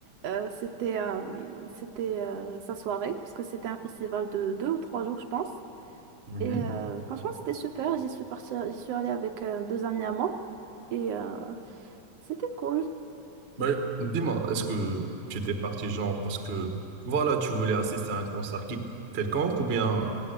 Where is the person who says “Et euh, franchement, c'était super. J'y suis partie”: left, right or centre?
Right